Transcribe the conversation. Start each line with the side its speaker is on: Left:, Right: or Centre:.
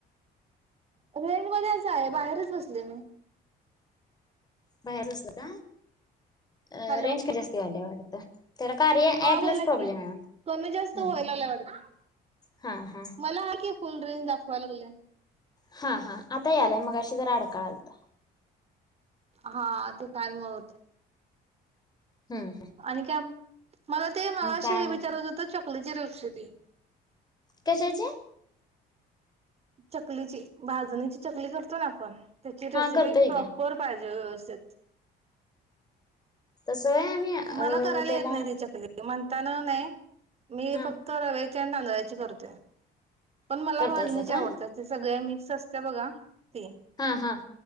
Right: गॅलरी मध्येच आहे, बाहेरच बसले मी.
Left: बाहेर बसला का? अ
Right: हॅलो
Left: रेंज कमी जास्त व्हायलय वाटत, त्याला कार्या
Right: हा
Left: ॲपलाच
Right: बोला
Left: प्रॉब्लेम
Right: की
Left: आहे.
Right: कमी जास्त व्हायला
Left: ह ह.
Right: लागलंय वाटतं
Left: हा हा.
Right: मला हा की फुल रेंज दाखवाय लागले.
Left: हा हा आता यालाय मगाशी मगाशी जरा अडकाळलत.
Right: हा त्याच्यामुळे.
Left: हम्म
Right: आणि काय मग? मला ते मगाशी
Left: काय आणि
Right: विचारायचं होत चप् औषधे
Left: कशाचे?
Right: चकलीची, भाजणीची चकली करतो ना आपण त्याची
Left: हा
Right: रेसिपी
Left: करतोय
Right: प्रॉपर
Left: की
Right: पाहिजे व्यवस्थित
Left: अस होय आम्ही अ
Right: मला करायला
Left: त्याला
Right: येत नाही ती चकली म्हणताना नाही. मी
Left: हा
Right: फक्त रव्या तांदळाची करतोय पण मला
Left: करतायसा
Right: भाजणीची
Left: का
Right: आवडतात, ते सगळे मी सस्त्या बघा ती
Left: हा हा